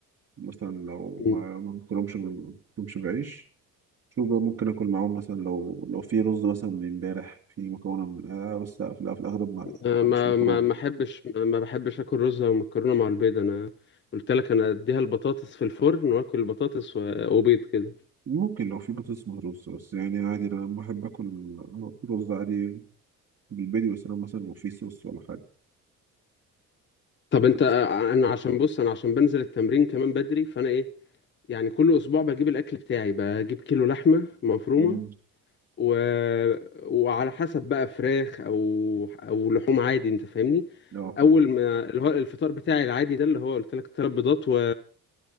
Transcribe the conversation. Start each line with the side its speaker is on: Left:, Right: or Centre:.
Right: مثلا لو
Left: مم.
Right: ما ما باكلهمش ما باكلهمش بعيش شوف بقى ممكن اكل معاهم مثلا لو لو في رز مثلا من امبارح في مكرونه من آه بس لا في الأغ- في الاغلب ما
Left: أنا
Right: لا،
Left: ما
Right: مش مكرونه
Left: ما ما أحبش ما ما بحبش آكل رز أو مكرونة مع البيض أنا قلت لك أنا أديها البطاطس في الفرن وآكل البطاطس و- وبيض كده
Right: ممكن لو في بطاطس مهروسه بس يعني عادي انا لما بحب اكل رز عادي بالبيض بس انا مثلا لو في صوص ولا حاجه
Left: طب انت
Right: بس
Left: آه، انا عشان بص انا عشان بنزل التمرين كمان بدري فانا ايه يعني كل اسبوع بجيب الاكل بتاعي بجيب كيلو لحمه مفرومه
Right: مم.
Left: و... وعلى حسب بقى فراخ او او لحوم عادي انت فاهمني
Right: لا فاهم
Left: اول ما اللي هو الفطار بتاعي العادي ده اللي هو قلت لك ثلاث بيضات و...